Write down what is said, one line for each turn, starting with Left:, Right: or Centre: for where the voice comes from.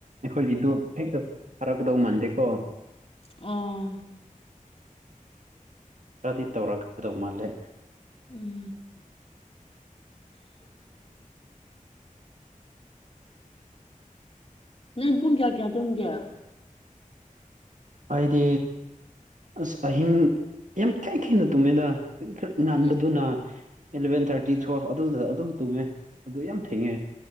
Right: ꯑꯩꯈꯣꯏꯒꯤꯗꯨ ꯍꯦꯛꯇ ꯐꯔꯛꯀꯗꯧ ꯃꯥꯟꯗꯦꯀꯣ
Left: ꯎꯝ
Right: ꯈꯔꯗꯤ ꯇꯧꯔꯛꯒꯗꯧ ꯃꯥꯜꯂꯦ
Left: ꯎꯝ ꯅꯣꯏ ꯄꯨꯡ ꯀꯌꯥ ꯀꯌꯥ ꯇꯨꯨꯝꯒꯦ
Right: ꯑꯩꯗꯤ ꯑꯁ ꯑꯍꯤꯡ ꯌꯥꯝ ꯊꯦꯡ ꯊꯦꯡꯅ ꯇꯨꯝꯃꯦꯗ ꯈꯔ ꯉꯟꯕꯗꯨꯅ
Left: ꯎꯝ
Right: ꯑꯦꯂꯚꯦꯟ ꯊꯥꯔꯇꯤ ꯇꯨꯋꯦꯜꯐ ꯑꯗꯨꯗ ꯑꯗꯨꯝ ꯇꯨꯝꯃꯦ ꯑꯗꯨ ꯌꯥꯝ ꯊꯦꯡꯉꯦ